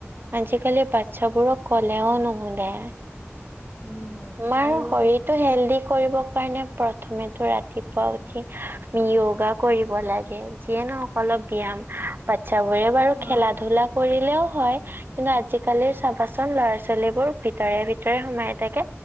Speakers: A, on the right; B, on the left.
A: আজিকালি বাচ্ছাবোৰক ক'লেও নুশুনে।
B: উম।
A: আমাৰ
B: আৰু
A: শৰীত। ত' হেল্ডি কৰিবৰ কাৰণে প্ৰথমেতো ৰাতিপুৱা উঠি আমি য়োগা কৰিব লাগে। যিয়ে নহক অলপ ব্যাম বাচ্ছা বোৰে বাৰু
B: অ
A: খেলা-ধূলা কৰি। হ'লেও হয় কিন্তু আজিকালিৰ চাবাচোন ল'ৰা-ছোৱালী বোৰ ভিতৰে ভিতৰে সোমাই থা- থাকে